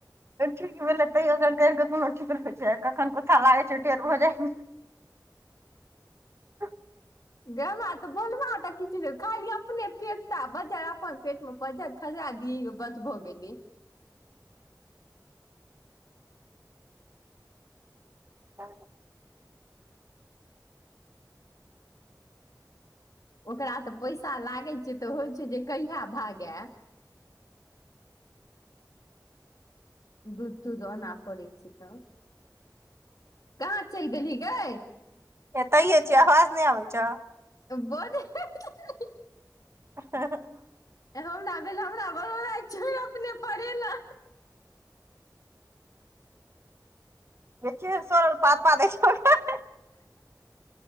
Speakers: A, on the right; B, on the left.
A: ठीक भेलै तैओ एकर गैर के कोनो ठीक रहै छै कखन कुथा लागै छै टेर भऽ जाइ ह <unintelligible>
B: गेमा तऽ बोलब तऽ किछु नहि खाली अपने पेटता बजार परतै बज्जर खसा दीबस भऽ गेलै
A: ह
B: ओकरा तऽ पैसा लागैछै तऽ होइ छै जे कहिया भागय दूध तूध ना पड़ै छै तब कहाँ चलि गेलहि गै
A: एतैे छियै आवाज नहि आबै छौ
B: बोल <unintelligible>
A: ह <unintelligible>
B: हमरा भेल हमरा बड़ बड़ अपने परेलै
A: केहन सरल पाद पादै छैं